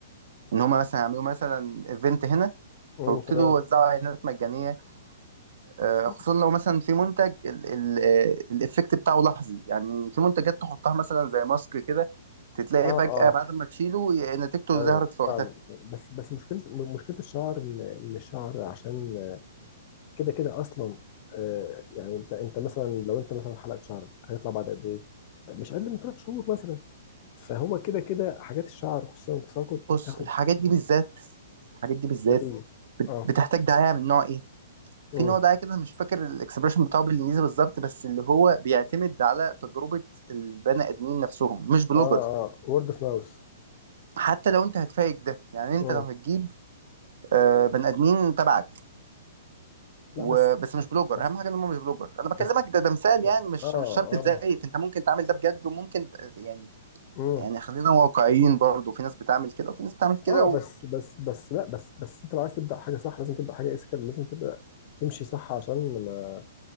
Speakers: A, on the right; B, on the left.
A: ان هما مثلا يعملوا مثلا ايفنت هنا
B: مم،
A: ويبتدوا
B: تمام
A: يوزعوا اعلانات مجانيه آه،
B: اه
A: خصوصا لو مثلا في منتج ال- ال- آه، الايفكت بتاعه لحظي يعني في منتجات تحطها مثلا زي ماسك كده تتلاقي
B: اه
A: فجاه بعد ما تشيله ي- نتيجته
B: ايوه
A: ظهرت في وقتها
B: فاهم بس بس مشكله مشكله الشعر ان إن الشعر عشان كده كده اصلا آه يعني انت انت مثلا لو انت مثلا حلقت شعرك هيطلع بعد قد ايه؟ مش اقل من ثلاث شهور مثلا فهو كده كده حاجات الشعر خصوصا التساقط
A: بص
B: بتاخد
A: الحاجات دي بالذات الحاجات دي بالذات
B: نتيجه
A: بت-
B: اه
A: بتحتاج دعايه من نوع ايه في
B: مم.
A: نوع دعاية كده مش فاكر الاكسبريشن بتاعه بالانجليزي بالظبط بس اللي هو بيعتمد على تجربة البني ادمين نفسهم مش بلوجر
B: اه اه وورد اوف ماوس
A: حتى لو انت هتفايق ده يعني انت
B: امم
A: لو هتجيب آه، بني ادمين تبعك
B: لا
A: وبس
B: بس
A: مش بلوجر
B: بس
A: اهم حاجه ان هم مش بلوجر انا بكلمك
B: بس
A: ده ده مثال
B: ب-
A: يعني مش
B: اه
A: مش شرط تزيف
B: اه
A: انت ممكن تعمل ده بجد وممكن ت- يعني
B: مم.
A: يعني خلينا واقعيين برضه في ناس بتعمل كده وفي ناس بتعمل كده
B: اه
A: و...
B: بس بس بس لا بس بس انت لو عايز تبدا حاجه صح لازم تبدا حاجه اسكال لازم تبدا تمشي صح عشان ما